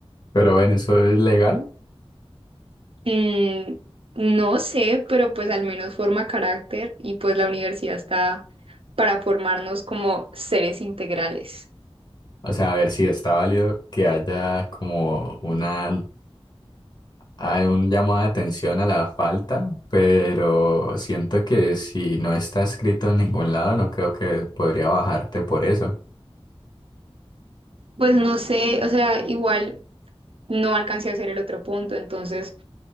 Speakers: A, on the left (about 45°); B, on the right (about 65°).
A: Pero ven, ¿eso es legal?
B: Mm, no sé, pero pues al menos forma carácter y pues la universidad está para formarnos como seres integrales.
A: O sea, a ver si está válido que haya como una, hay un llamado de atención a la falta, pero siento que si no está escrito en ningún lado, no creo que podría bajarte por eso.
B: Pues no sé, o sea, igual no alcancé a hacer el otro punto, entonces